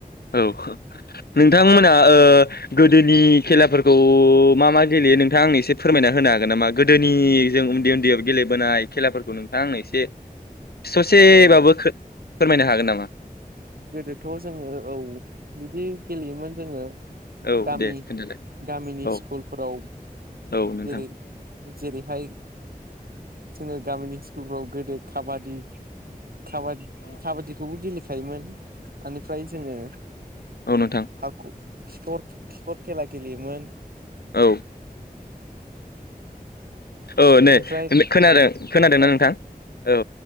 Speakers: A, on the left; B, on the right.
A: औ नोंथांमोना ओ गोदोनि खेलाफोरखौ मा मा गेलेयो नोंथां आं एसे फोरमायना होनो हागोन नामा गोदोनि जों उन्दै उन्दैयाव गेलेबोनाय खेलाफोरखौ नों थाङा आंनो एसे ससेब्लाबो
B: औ
A: फोरमायनो हागोन नामा
B: गोदोथ' जोङो औ बिदि गेलेयोमोन जोङो
A: औ
B: गामि
A: दे खोन्थालाय
B: गामिनि
A: औ
B: स्कुलफोराव
A: औ नोंथां
B: जेरै जेरैहाय जोङो गामिनि स्कुलफ्राव गोदो खाबादि खाबाद काबादिखौबो गेलेखायोमोन बेनिफ्राय जोङो
A: औ नोंथां
B: हाख खिखर खिखर खेला गेलेयोमोन
A: औ औ
B: बेनिफ्राय
A: नै खोनादों खोनादोंना
B: औ
A: नोंथां औ